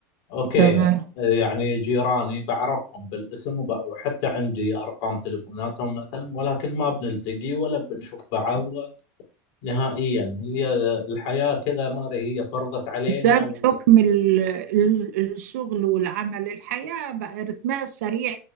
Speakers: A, on the left (about 60°); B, on the right (about 80°).
A: أوكي
B: تمام
A: يعني جيراني بعرفهم بالاسم وب- وحتى عندي أرقام تليفوناتهم مثلا ولكن ما بنلتقي ولا بنشوف بعض نهائيا هي الحياة كذا ما هي فرضت علينا
B: ده بحكم
A: ولا
B: ال- ال- الشغل والعمل الحياة بقى رتمها السريع